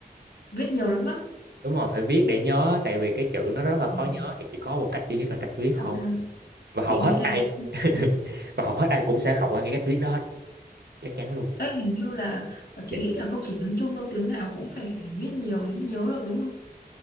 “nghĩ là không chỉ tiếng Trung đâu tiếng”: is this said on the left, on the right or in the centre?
Left